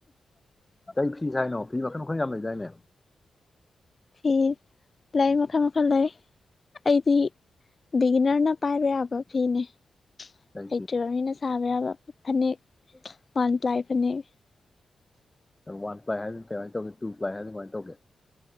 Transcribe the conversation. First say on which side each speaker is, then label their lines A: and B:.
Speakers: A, on the left (about 20°); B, on the left (about 45°).
A: ꯀꯩ ꯐꯤ ꯁꯥꯏꯅꯣ ꯐꯤ ꯃꯈꯜ ꯃꯈꯜ ꯌꯥꯝ ꯂꯩꯗꯥꯏꯅꯦ
B: ꯐꯤ ꯂꯩ ꯃꯈꯜ ꯃꯈꯜ ꯂꯩ ꯑꯩꯗꯤ ꯕꯤꯒꯤꯅꯔꯅ ꯄꯥꯏꯕ ꯌꯥꯕ ꯐꯤꯅꯦ
A: ꯀꯩ
B: ꯍꯩꯇꯔ꯭ꯤꯕ ꯃꯤꯅ ꯁꯥꯕ ꯌꯥꯕ ꯐꯅꯦꯛ
A: ꯎꯝ
B: ꯂꯥꯏ ꯐꯅꯦꯛ
A: ꯋꯥꯟ ꯄ꯭ꯂꯥꯏ ꯍꯥꯏꯗꯨꯅ ꯀꯃꯥꯏꯅ ꯇꯧꯒꯦ ꯇꯨ ꯄ꯭ꯂꯥꯏ ꯍꯥꯏꯗꯨꯅ ꯀꯃꯥꯏꯅ ꯇꯧꯒꯦ